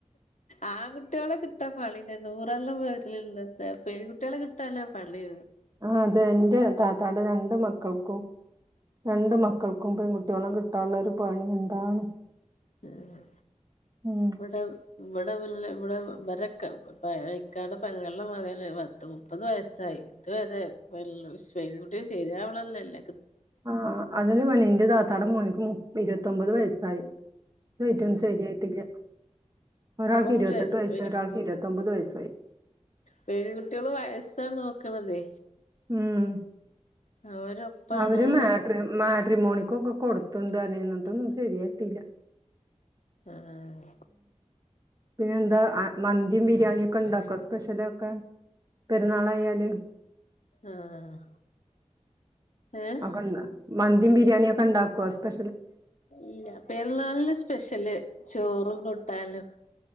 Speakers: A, on the left; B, on the right.
A: ആ ങ്കുട്ടികളെ കിട്ടാൻ പളില്ല നൂറണ്ണം വീട്ടിൽ ഇണ്ട് പെങ്കുട്ട്യേ ളെ കിട്ടാൻ ആണ് പളി
B: ആ അതെ എന്റെ താത്താടെ രണ്ട് മക്കൾക്കും രണ്ടു മക്കള്ക്കും പെൺ കുട്ട്യേളെ കിട്ടാനുള്ള ഒരു പണി എന്താണ്
A: ഉം
B: ഉം
A: ഇവിടെ ഇവിടെ <unintelligible> ഇവിടെ ഇവരെക്കെ ഇക്കാടെ പെങ്ങള്ടെ മകൻ പത്ത് മുപ്പത് വയസ്സായി ഇതുവരെ <unintelligible> ശരിയാവാണല്ലല്ലേ
B: ആ അതേ ടി പെണ്ണെ ഇന്റെ താത്താടെ മോനക്ക് മുപ് ഇരുപത്തൊമ്പത് വയസ്സായി <unintelligible> ശരിയായിട്ടില്ല ഒരാൾക്ക്
A: ഓഡ്ര്
B: ഇരുപത്തെട്ട് വയസ്സ്
A: വെ
B: ഒരാൾക്ക് ഇരുപത്തൊമ്പത് വയസ്സായി
A: പെൺകുട്ടികള് വയസ്സാ നോ ക്കണതെ
B: ഉം
A: അവരൊപ്പാണോന്ന്
B: അവര് മാട്രി മാ റ്റ്രിമോണിക്കൊക്കെ കൊടുത്‌ണ്ട് പറഞ്ഞിനും എന്നിട്ടൊന്നും ശരിയായിട്ടില്ല
A: ആഹ്
B: പിന്നെ എന്താ മന്തിയും ബിരിയാണിയ ഒക്കെ ഇണ്ടാക്കോ സ്പെഷ്യലൊക്കെ പെരുന്നാളായാല്
A: ആഹ് ഏഹ്
B: അക്കെ മന്തിം ബിരിയാണിയ ഒക്കെ ഉണ്ടാക്കുവ സ്പെ
A: ഇല്ല പെരുന്നാളില് സ്പെഷ്യല് ചോറും കുട്ടാലും